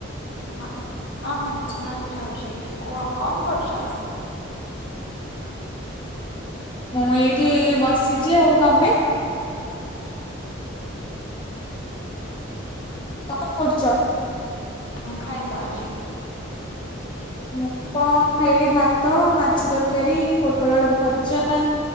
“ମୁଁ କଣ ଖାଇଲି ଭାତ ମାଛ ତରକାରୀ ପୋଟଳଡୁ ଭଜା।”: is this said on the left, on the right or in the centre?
Left